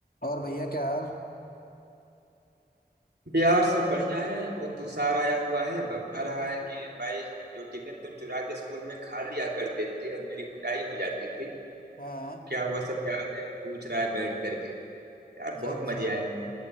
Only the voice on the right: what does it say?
यार सब बढ़िया है वो तुषार आया हुआ है बता रहा है कि भाई जो टिफिन तुम चुरा के स्कूल में खा लिया करते थे और मेरी कुटाई हो जाती थी
क्या हुआ सब याद है पूछ रहा है बैठ करके यार
बहुत
मजे आए